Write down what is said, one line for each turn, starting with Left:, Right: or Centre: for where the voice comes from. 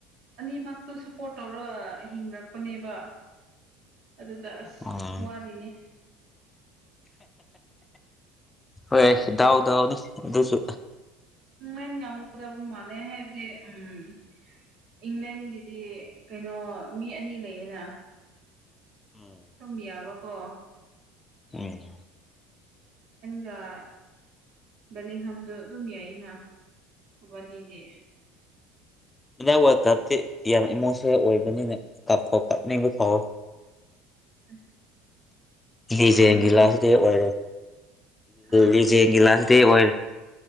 Right: ꯑꯅꯤ ꯃꯛꯇꯣ ꯁꯞꯄꯣꯠ ꯇꯧꯔꯒ ꯍꯤꯡꯔꯛꯄꯅꯦꯕ ꯑꯗꯨꯗ ꯑꯁ
Left: ꯑꯣ
Right: ꯋꯥꯔꯤꯅꯦ
Left: ꯍꯣꯏ ꯗꯥꯎ ꯗꯥꯎꯅꯤ ꯑꯗꯨꯁꯨ
Right: ꯢꯪꯂꯦꯟꯅ ꯉꯝꯒꯗꯧꯕ ꯃꯥꯂꯦ ꯍꯥꯏꯗꯤ ꯎꯝ ꯏꯪꯂꯦꯟꯒꯤꯗꯤ ꯀꯩꯅꯣ ꯃꯤ ꯑꯅꯤ ꯂꯩꯌꯦꯅ
Left: ꯎꯝ
Right: ꯗꯨꯝ ꯌꯥꯕꯀꯣ
Left: ꯎꯝ
Right: ꯒ ꯕꯂꯤꯡ ꯍꯥꯝꯗꯣ ꯑꯗꯨꯝ ꯌꯥꯏꯅ ꯃꯕꯥꯟꯅꯤꯗꯤ
Left: ꯍꯥꯟꯗꯥꯛ ꯋꯥꯔꯜ ꯀꯞꯇꯤ ꯌꯥꯝ ꯏꯃꯣꯁꯟꯅꯜ ꯑꯣꯏꯕꯅꯤꯅꯦ ꯀꯥꯞ ꯐꯥꯎ ꯀꯞꯅꯤꯡꯕ ꯐꯥꯎꯋꯦ
Right: ꯑꯁ ꯋꯥꯔꯜ
Left: ꯂꯤꯖꯦꯜꯒꯤ
Right: ꯀꯞ ꯃꯇꯥꯡ
Left: ꯂꯥꯁ ꯗꯦ ꯑꯣꯏꯔꯦ
Right: ꯍꯥ
Left: ꯂꯤꯖꯦꯜꯒꯤ ꯂꯥꯁꯇꯗꯤ ꯑꯣꯏꯔꯦ